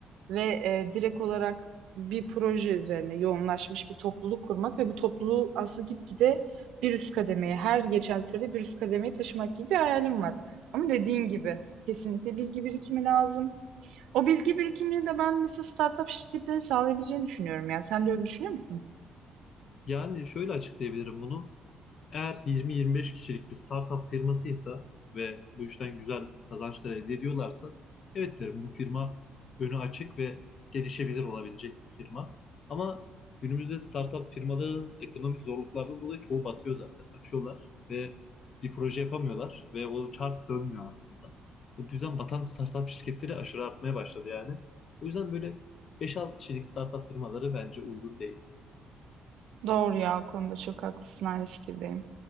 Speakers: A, on the right; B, on the left.
A: ve e, direkt olarak bir proje üzerine yoğunlaşmış bir topluluk kurmak ve bu topluluğu aslında gitgide bir üst kademeye her geçen sürede bir üst kademeyi taşımak gibi bir hayalim var. Ama dediğin gibi kesinlikle bilgi birikimi lazım. O bilgi birikimini de ben mesela startup şirketlerin sağlayabileceğini düşünüyorum ya. Sen de öyle düşünüyor musun?
B: Yani şöyle açıklayabilirim bunu. Eğer 20-25 kişilik bir startup firmasıysa ve bu işten güzel kazançlar elde ediyorlarsa evet derim bu firma önü açık ve gelişebilir olabilecek bir firma. Ama günümüzde startup firmaların ekonomik zorluklardan dolayı çoğu batıyor zaten. Açıyorlar ve bir proje yapamıyorlar ve o çark dönmüyor aslında. Bu yüzden batan startup şirketleri aşırı artmaya başladı yani. O yüzden böyle 5-6 kişilik startup firmaları bence uygun değil.
A: Doğru ya o konuda çok haklısın aynı fikirdeyim.